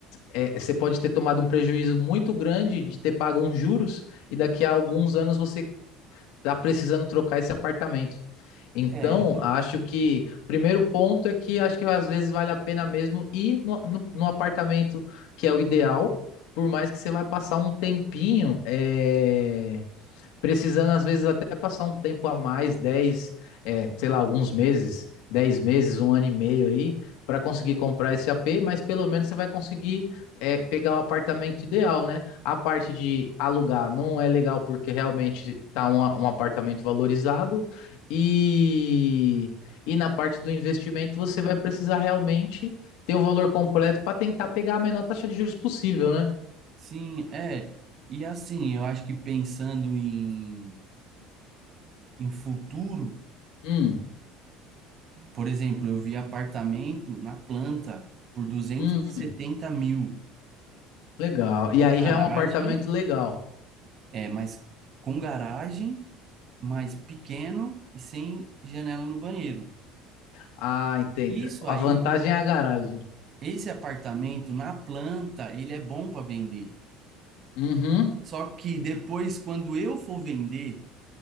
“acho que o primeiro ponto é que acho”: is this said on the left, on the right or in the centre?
Left